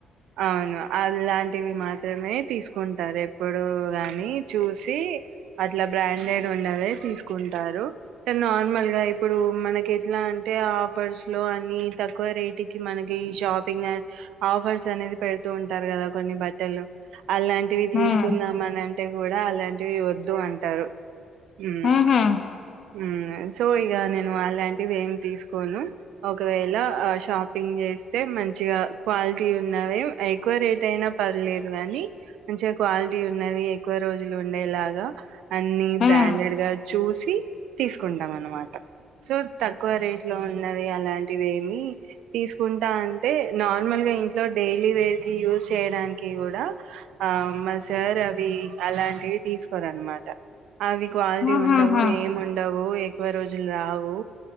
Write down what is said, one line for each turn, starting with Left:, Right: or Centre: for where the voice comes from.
Right: అవును అలాంటివి మాత్రమే తీసుకు కుంటారు. ఎప్పుడు గాని చూసి అట్లా బ్రాండెడ్ ఉండవే తీసుకుంటారు. నార్మల్ గా ఇప్పుడు మనకి ఎట్లా అంటే ఆఫర్స్ లో అని తక్కువ రేట్ ఇటికి మనకి షాపింగ్ ఆఫర్స్ అనేది పెడుతూ ఉంటారు. కదా కొన్ని బట్టలు అలాంటివి
Left: హ్మ్.
Right: తీసుకుందాం. అని అంటే కూడా అలాంటి యే వద్దు అంటారు. హ్మ్
Left: హుహు.
Right: హ్మ్ సో ఇగా నేను అలాంటివి ఏం తీసుకోను. ఒకవేళ షాపింగ్ చేస్తే మంచిగా క్వాలిటీ ఉన్నవే ఏక్ ఎక్కువ రేట్ అయినా పర్లేదు. కానీ మంచిగా క్వాలిటీ ఉన్నవి. ఎక్కువ రోజులు ఉండేలాగా అన్ని
Left: హ్మ్.
Right: బ్రాండెడ్ గా చూసి తీసుకుంటాం. అనమాట సో తక్కువ రేట్ లో ఉన్నవి. అలాంటివి ఏమి తీసుకుంటా అంటే నార్మల్గా ఇంట్లో డైలీ వేర్ కి యూస్ చేయడానికి కూడా ఆ మా సార్ అవి అలాంటివి తీసుకోర అనమాట అవి క్వాలిటీ
Left: హుహుహు.
Right: ఉండవు. ఏము ఉండవు అవు ఎక్కువ రోజులు రావు.